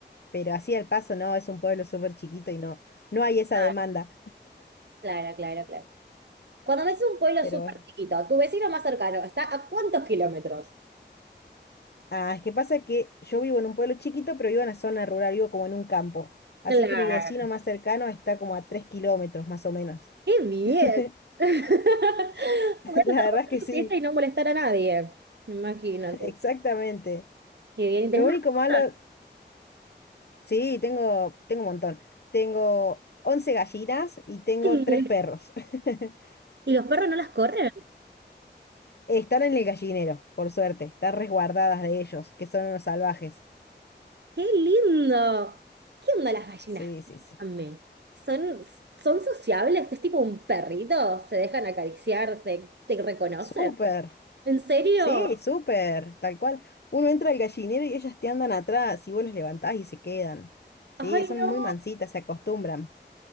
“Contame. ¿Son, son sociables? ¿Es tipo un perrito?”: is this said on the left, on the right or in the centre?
Right